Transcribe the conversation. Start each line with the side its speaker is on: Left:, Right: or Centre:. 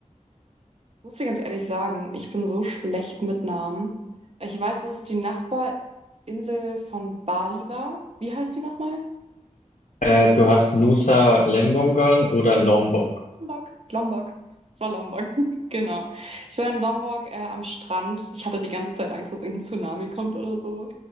Right: muss ich ganz ehrlich sagen, ich bin so schlecht mit Namen. Ich weiß, dass es die Nachbarinsel von Bali war. Wie heißt die nochmal?
Left: Äh, du hast Nusa Lembongan oder Lombok.
Right: Lombok. Lombok. Es war Lombok, <laughs> genau. Ich war in Lombok äh, am Strand. Ich hatte die ganze Zeit Angst, dass irgendein Tsunami kommt oder so.